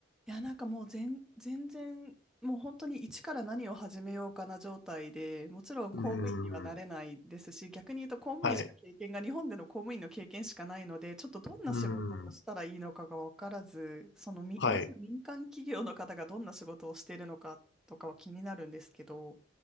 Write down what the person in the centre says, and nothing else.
いや、なんかもう全、全然、もう本当に一から何を始めようかな状態で、もちろん公務員にはなれないですし、
逆に言うと公務員しか経験が、
日本での公務員の経験しかないので、ちょっとどんな仕事をしたらいいのかが分からず、
そのみ、
いわゆる民間企業の方がどんな仕事をしているのかとかは気になるんですけど、